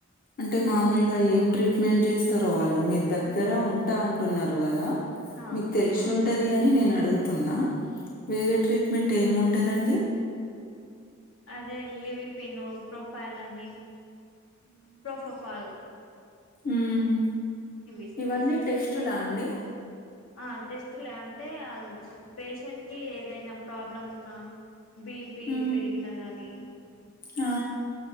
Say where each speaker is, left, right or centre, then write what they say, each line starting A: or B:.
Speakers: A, on the left; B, on the left.
A: అంటే మామూలుగా ఏం ట్రీట్మెంట్ చేస్తరో వాళ్ళు మీ దగ్గర ఉంటా అంటున్నర్ టు గదా
B: ఆ
A: మీకు తెలిసుం ఉంటది అని నేనడుగుతున్నా. వేరే ట్రీట్మెంట్ ఏముంటదండి?
B: అదే ఇ ల్లి వి పి నోమ్మ్ ప్రొఫైల్ అని ప్రొప్రోఫైల్
A: హ్మ్మ్
B: ఇస్తారు
A: ఇవన్నీ టెస్ట్ లా అండి
B: ఆ టస్ లే అంటే ఆ పేషెంట్ కి ఏ ఏదైనా ప్రాబ్లం ఉన్నా బీపీ
A: ఉ
B: పెరిగిన గానీ!
A: ఆ